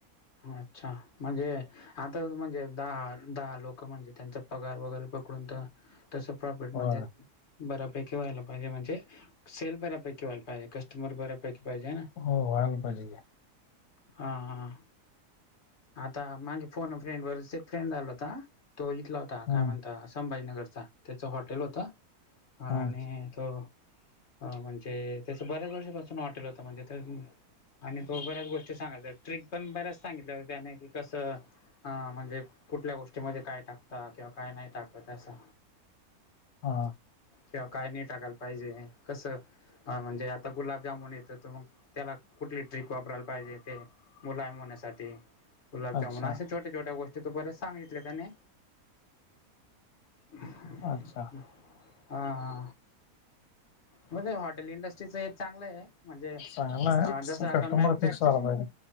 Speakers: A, on the left; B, on the left.
A: अच्छा म्हनजे आता म्हणजे दहा दहा लोक म्हणजे त्यांचा पगार वगैरे पकडून तर तसं प्रॉफिट म्हणजे
B: हो
A: बऱ्यापैकी व्हायला पाहिजे म्हणजे, सेल बऱ्यापैकी व्हायला पाहिजे. कस्टमर बऱ्यापैकी पाहिजे ना.
B: हो व्हायला पाहिजे की.
A: हा हा. आता मागे फोन फ्रेंड वरच एक फ्रेंड आला होता, तो इथला हो
B: हम्म
A: काय म्हणत संभाजीनगरचा. त्याच हॉटेल होत,
B: हम्म
A: आणि त अ- म्हणजे त्याच बऱ्याच वर्षापासून हॉटेल होत, म्हणजे तर आणि तो बऱ्याच गोष्टी सांगायचा. ट्रिक पण बऱ्याच सांगितलं त्याने कि कसं हा म्हणजे कुठल्या गोष्टीमध्ये काय टाकता किंवा काय नाही टाकतं असं.
B: हा.
A: किंवा काय नाही टाकायला पाहिजे, कसं म्हणजे आता गुलाबजामुन येतं तर मग त्याला कुठली ट्रिक वापरायला पाहिजे ते मुलायम होण्यासाठी? गुलाबजामुन
B: अच्छा
A: अशा छोट्या छोट्या गोष्टी त बऱ्याच सांगितले त्यानि हम्.
B: अच्छा
A: हा हा, म्हणजे या हॉटेल इंडस्ट्रीच एक चांगलं आहे. म्हणजे
B: चांगला आहे
A: अं जस
B: पण
A: आता
B: कस्टमर
A: मॅनुफॅक्चर
B: फिक्स व्हायला पाहिजे